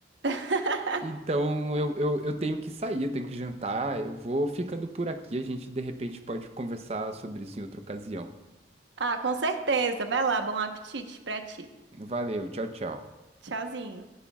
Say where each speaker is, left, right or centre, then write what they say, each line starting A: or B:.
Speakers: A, on the right (about 85°); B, on the right (about 35°).
A: <laughs>
B: Então eu, eu, eu tenho que sair, eu tenho que jantar, eu vou ficando por aqui. A gente de repente pode conversar sobre isso em outra ocasião.
A: Ah, com certeza. Vai lá, bom apetite pra ti.
B: Valeu, tchau, tchau.
A: Tchauzinho.